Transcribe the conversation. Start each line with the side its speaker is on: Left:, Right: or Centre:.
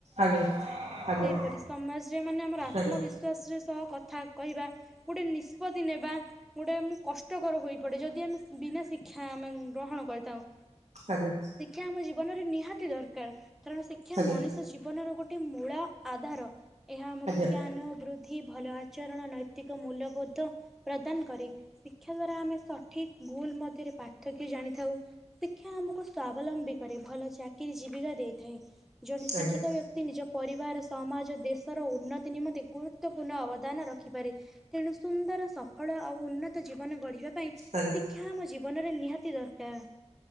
Right: ଆଜ୍ଞା, ଆଜ୍ଞା।
Centre: କିପରି ସମାଜରେ, ମାନେ ଆମର ଆତ୍ମବିଶ୍ଵାସରେ
Right: ଆଜ୍ଞା
Centre: ସହ କଥା କହିବା। ଗୋଟେ ନିଷ୍ପତ୍ତି ନେବା, ଗୋଟେ ମୁଁ କଷ୍ଟକର ହୋଇପଡେ। ଯଦି ଆମେ ବିନା ଶିକ୍ଷା ଆମେ ଗ୍ରହଣ କରିଥାଉ।
Right: ଆଜ୍ଞା।
Centre: ଶିକ୍ଷା ଆମ ଜୀବନରେ ନିହାତି ଦରକାର। କାରଣ ଶିକ୍ଷା
Right: ଆଜ୍ଞା
Centre: ମଣିଷ ଜୀବନର ଗୋଟେ ମୂଳ ଆଧାର। ଏହା ଆମକୁ
Right: ଆଜ୍ଞା ଆଜ୍ଞା
Centre: ଜ୍ଞାନ, ବୃଦ୍ଧି ଭଲ ଆଚରଣ, ନୈତିକ, ମୂଲ୍ୟବୋଧ ପ୍ରଦାନ କରେ। ଶିକ୍ଷା ଦ୍ଵାରା ଆମେ ସଠିକ ଭୁଲ୍ ମଧ୍ୟରେ, ପାର୍ଥକ୍ୟ ଜାଣିଥାଉ। ଶିକ୍ଷା ଆମକୁ ସଲମ୍ବୀ କରେ। ଭଲ ଚାକିରି ଜୀବିକା ଦେଇଥାଏ। ଜଣେ ଶିକ୍ଷିତ
Right: ଆଜ୍ଞା
Centre: ବ୍ୟକ୍ତି ନିଜ ପରିବାର ସ ସମାଜ ଦେଶର ଉନ୍ନତି ନିମନ୍ତେ, ଗୁରୁତ୍ୱପୂର୍ଣ୍ଣ ଅବଦାନ ରଖିପାରେ। ତେଣୁ ସୁନ୍ଦର ସଫଳ ଆଉ ଉନ୍ନତ ଜୀବନ ଗଢିବା ପାଇଁ,
Right: ଆଜ୍ଞା
Centre: ଶିକ୍ଷା ଆମ ଜୀବନରେ ନିହାତି ଦରକାର।